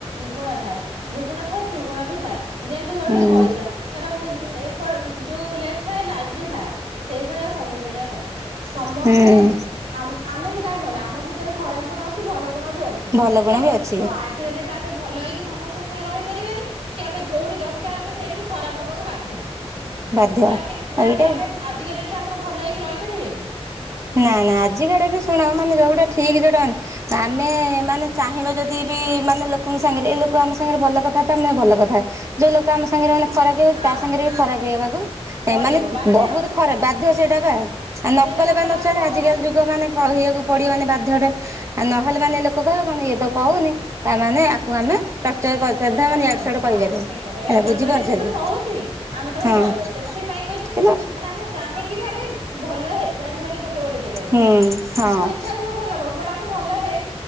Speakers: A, on the right; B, on the right.
A: ଗୁଣ ଥାଏ ଦୁଗୁଣ ଥାଏ ସୁଗୁଣ ବି ଥାଏ। ଯେମତି ଗୋଟେ
B: ହୁଁ
A: ପଇସା। ତାର ମୁଁ ଏପଟ ଯୋଉ ଲେଟ ଥାଏ ଲାଇଟ୍ ବି ଥାଏ ସେଇଭଳିଆ ସବୁ ଭଳିଆ କଥା। ସମସ୍ତେ
B: ହୁଁ
A: ଆମେ ବି କାହିଁକି ନହେଲେ ଆମ ଭିତରେ ଖରାପ ଗୁଣ ଅଛି ଭଲ ଗୁଣ ବି ଅଛି।
B: ଭଲ
A: ତ
B: ଗୁଣ ବି ଅଛି
A: ତ ଆ <inaudible> ଆମେ ଭଲ ହେଇକି ସମସ୍ତେଙ୍କ ସାଙ୍ଗେ ରହିପାରିବାନି କି ଆମେ ଯୋଉଠି ଦରକାର ଆମେ ସେଇଠି ବି ଖରାପ ହବାକୁ ବାଧ୍ୟ
B: ବାଧ୍ୟ
A: ନା ନା
B: ଏଇଟା
A: କି ଆମେ
B: ବି
A: ଆଜିକା ଡେଟ୍ ରେ ଆପଣ ଭଲ ହେଇକି ରହିପାରିବେ କି?
B: ନା ନା ଆଜିକା ଡେଟ୍ ରେ ଶୁଣ ମାନେ ଯୋଉଟା ଠିକ୍ ସେଟା ମାନେ ଆମେ ମାନେ ଚାହିଁବା ଯଦି ବି ମାନେ ଲୋକଙ୍କ ସାଙ୍ଗରେ ଏ ଲୋକ ଆମ ସାଙ୍ଗରେ ଭଲ କଥା ତ ଆମେ ଭଲ କଥା। ଯୋଉ ଲୋକ ଆମ ସାଙ୍ଗରେ ମାନେ ଖରାପ ହେଇ ହଉଛି
A: ହଁ
B: ତା ସାଙ୍ଗରେ ବି ଖରାପ ହେଇବାକୁ
A: ପଡିବ
B: ମାନେ
A: ବାଧ୍ୟ
B: ବହୁତ ରେ ବାଧ୍ୟ ସେଇଟା ବା ଆ ନକଲେ
A: ସେଇଟା ନ
B: ବା
A: କଲେ
B: ନଚଳେ
A: ଆମେ ହବନି
B: ଆଜିକାଲି
A: ବା।
B: ଯୁଗ ମାନେ କହିବାକୁ
A: ହୁଁ
B: ପଡିବ ମାନେ ବାଧ୍ୟଟେ ଆ ନହେଲେ ମାନେ ଲୋକ କହିବେ କଣ ଇଏ ତ କହୁନି ତାମାନେ ଆକୁ ଆମେ ଟର୍ଚର କରିଚାଲିଥିବା
A: ଟଚର
B: ମାନେ
A: କରିବେ
B: ଇଆଡୁ ସିଆଡୁ
A: ହଁ
B: କହିପାରିବା
A: ଠିକ୍ କଥା ଇଆଡେ
B: ହେଲା
A: ସିଆଡୁ
B: ବୁଝିପାରୁଛ
A: କହିଲେ ସେ ତ
B: ବି
A: ସହୁଛି ଆମେ ତାକୁ
B: ହଁ
A: କହିବ ସେ ସେଥିପାଇଁ କହିଛି
B: କିନ୍ତୁ
A: ମାନେ ଆମେ ଚାହିଁକି ବି ଆମେ ଭଲ ହେଇପାରିବାନି ଗୋଟେ ଗୋଟେ ଜାଗାରେ।
B: ହୁଁ ହଁ।
A: ଆମ ଇଚ୍ଛା <inaudible> ଭଲ ହେଇ